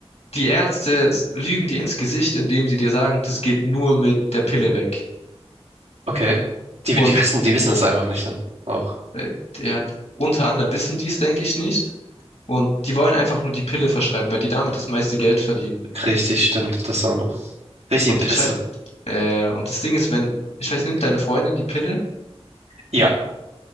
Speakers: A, on the left; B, on the right.
A: die Ärzte s- lügen dir ins Gesicht, indem sie dir sagen, das geht nur mit der Pille weg.
B: Okay. Die,
A: Und
B: die wissen, die wissen es einfach nicht dann. Auch.
A: äh, ja, unter anderem wissen die es, denke ich, nicht. Und die wollen einfach nur die Pille verschreiben, weil die damit das meiste Geld verdienen.
B: Richtig, stimmt. Das auch noch. Richtig
A: Und
B: Pisse.
A: ich halt, äh, und das Ding ist, wenn, ich weiß, nimmt deine Freundin die Pille,
B: Ja.